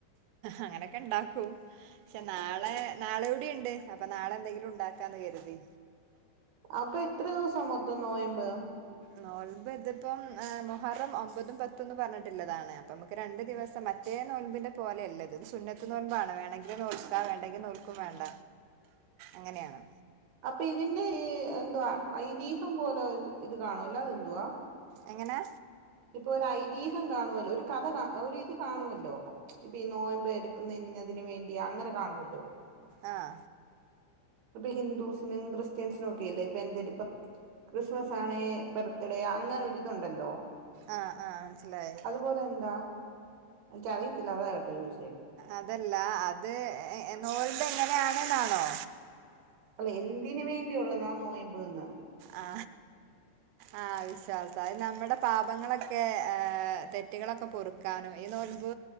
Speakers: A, on the right; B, on the right.
A: അങ്ങനെയൊക്കെ ഇണ്ടാക്കും പക്ഷെ നാളെ നാളെ യൂടിണ്ട് അപ്പൊ നാളെ എന്തെങ്കിലും ഉണ്ടാക്കാന്ന് കരുതി.
B: അപ്പൊ എത്ര ദിവസം മൊത്തം നോയമ്പ്.
A: നോൽമ്പ് ഇതിപ്പം മൊഹറം ഒമ്പതും പത്തുംന്നും പറഞ്ഞിട്ടുള്ളതാണ്. അപ്പ നമുക്ക് രണ്ടു ദിവസം പക്ഷേ മറ്റേ നോൽമ്പിന്റെ പോലെയല്ലത് സുന്നത്ത് നോൽമ്പാണ് വേണെങ്കിൽ നോൽക്ക വേണ്ടെങ്കിൽ നോൽക്കും വേണ്ട. അങ്ങനെയാണ്
B: അപ്പൊ ഇതിന്റെ എന്തുവാ ഐതിഹ്യം പോലെ ഇത് കാണൂല്ല അതെന്തുവാ
A: എങ്ങനാ
B: ഇപ്പൊ ഒരു ഐതിഹം കാണുവല്ലോ. ഒരു കഥ ഒ ഇത് കാണുവല്ലോ ഇപ്പൊ ഈ നോയമ്പ എടുക്കുന്ന ഇന്നതി വേണ്ടി അങ്ങനെ കാണുമല്ലോ
A: ആഹ
B: ഇപ്പൊ ഹിന്ദൂസിനും ക്രിസ്ത്യൻസിനും ഒക്കെല്ലേ ഇപ്പൊ എന്തേലും ഇപ്പൊ ക്രിസ്മസ് ആണെ ബർത്ത്ഡേ അങ്ങനെ ഒരിതുണ്ടല്ലോ
A: ആഹ ആഹ മനസിലായി.
B: അതുപോലെ എന്താ എനിക്കറിയത്തില്ല അതാ കേട്ടോ ചോദിച്ചേ
A: അതല്ല അത് നോമ്പിന്റെ എങ്ങനെ <unintelligible> ആണെന്നാണോ
B: എന്തിന് വേണ്ടിയള്ളതാ ആ നോയമ്പ്ന്ന്
A: ആ ആ വിശ്വാസം അ നമ്മുടെ പാപങ്ങളൊക്കെ തെറ്റുകളൊക്കെ പൊറുക്കാനും ഈ നോൽമ്പ്